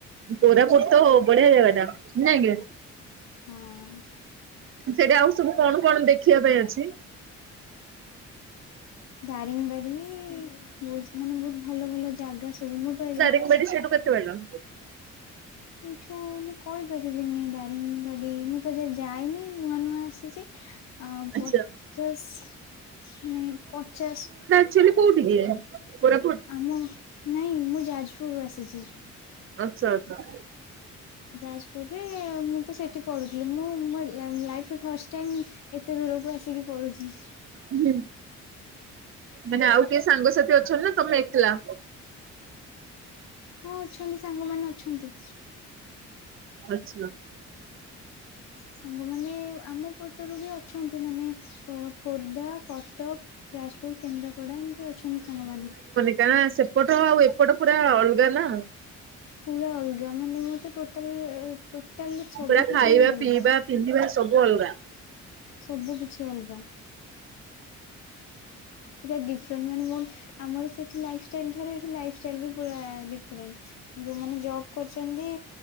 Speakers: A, on the right; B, on the left.
A: କୋରାପୁଟ ତ ବଢିଆ ଯାଗାଟା ନାଇଁକି।
B: ହଁ।
A: ସେଠି ଆଉ ସବୁ କଣ କଣ ଦେଖିବା ପାଇଁ ଅଛି?
B: ଦାରିଙ୍ଗବାଡି ବୋହୁତ ମାନେ ବୋହୁତ ଭଲ ଭଲ ଜାଗା ସବୁ ମୁଁ ତ ଏଯାଏଁ
A: ମୁଁ କଇଲି ସେଇଠୁ କେତେ ବାଟ?
B: ଏଇଠୁ ମୁଁ କହିପାରିବିନି ଦାରିଙ୍ଗବାଡି ମୁଁ ତ ଏଯାଏଁ ଯାଇନି ନୂଆ ନୂଆ ଆସିଚି। ଆଉ
A: ଆଚ୍ଛା
B: ପଚାଶ ମାନେ ପଚାଶ
A: ଆକଚୋଲି କୋଉଠି କି କୋରାପୁଟ
B: ଆମ ନାଇଁ ମୁଁ ଯାଜପୁରରୁୁ ଆସିଛି।
A: ଆଛା ଆଛା।
B: ଯାଜପୁରରେ ମୁଁ ତ ସେଠି ପଢୁଥିଲି ମୁଁ ମୋ ଲା-ଲାଇଫରେ ଫାଷ୍ଟ ଟାଇମ୍ ଏତେ ଦୂରକୁ ଆସିକି ପଡୁଚି।
A: ହୁଁ ମାନେ ଆଉ କିଏ ସାଙ୍ଗସାଥି ଅଛନ୍ତି ନା ତମେ ଏକଲା?
B: ହଁ ଅଛନ୍ତି ସାଙ୍ଗମାନେ ଅଛନ୍ତି।
A: ଆଚ୍ଛା।
B: ସାଙ୍ଗମାନେ ଆମ ପଟରୁ ବି ଅଛନ୍ତି ମାନେ ଅ ଖୋର୍ଦ୍ଧା, କଟକ ଯାଜପୁର, କେନ୍ଦ୍ରାପଡା ଏମିତି ଅଛନ୍ତି ସାଙ୍ଗମାନେ।
A: ନା ସେପଟ ଆଉ ଏପଟ ପୁରା ଅଲଗା ନା।
B: ପୁରା ଅଲଗା ମାନେ ମତେ ଟୋଟାଲ ଟୋଟାଲ ସବୁ
A: ପୁରା ଖାଇବା
B: କିଛି ହିଁ ଅଲଗା।
A: ପିଇବା ପିନ୍ଧିବା ସବୁ ଅଲଗା।
B: ସବୁ କିଛି ଅଲଗା। ପୁରା ଡିଫରେଣ୍ଟ ମାନେ ମୋ ଆମର ସେଠି ଲାଇଫଷ୍ଟାଇଲ ଠାରୁ ସେଠି ଲାଇଫଷ୍ଟାଇଲ ବି ପୁରା ଡିଫରେଣ୍ଟ। ଯୋଉମାନେ ଜବ୍ କରୁଚନ୍ତି